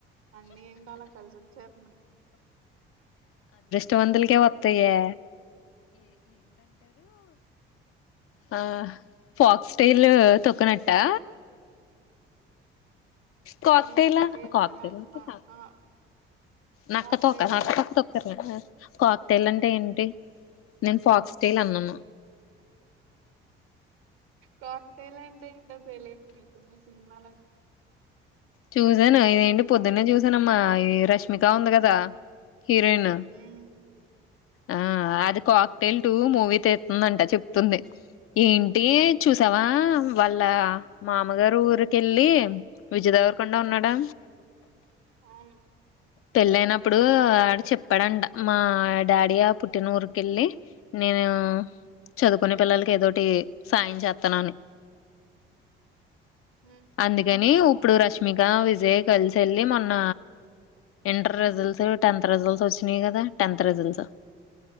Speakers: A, on the right; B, on the left.
A: అన్నే ఎంటలా కలిసొచ్చేత్నాయ్
B: టోంటల్కే వత్తయే ఆ ఫాక్స్ టైల్ తొక్కనట్టా కాక్టెల
A: నువ్వు ఎక్కడికో వెళ్ళిపోయినట్టున్నావ్
B: కాక్టెల్ <unintelligible>
A: ఆ
B: నక్క
A: కాక్టైలా
B: తోక నక్క తోక తొక్కుతారు కదా! కాక్ టైల్ అంటే ఏంటి? నేను ఫాక్స్ టైల్ అన్నాను.
A: కాక్టైల్ అంటే ఏంటో తెలిదనీకు సినిమాలో. <unintelligible>
B: చూసాను. ఇదేంటి పొద్దున్నే చూసానమ్మా, ఈ రష్మిక ఉంది కదా! హీరోయిన్
A: ఉమ్
B: ఆ అది కాక్ టెయిల్ టు మూవీ తితుందంట చెప్తుంది. ఏంటి చూసావా? వాళ్ల మామగారు ఊరికెళ్ళి విజయద. దేవరకొండ ఉన్నాడా
A: అవును
B: పెళ్లయినప్పుడు ఆడు చెప్పాడంట మా. డాడి ఆ పుట్టిన ఊరికేళ్లి నేను. చదువుకునే పిల్లలకి ఏదోటి సాయం చేస్తానని.
A: ఉమ్
B: అందుకని ఇప్పుడు రష్మిక, విజయ్ కలిసి వెళ్ళి మొన్న. ఇంటర్ రిజల్ట్స్, టెన్త్ రిజల్ట్స్ వచ్చినాయి కదా! టెన్త్ రిజల్ట్స్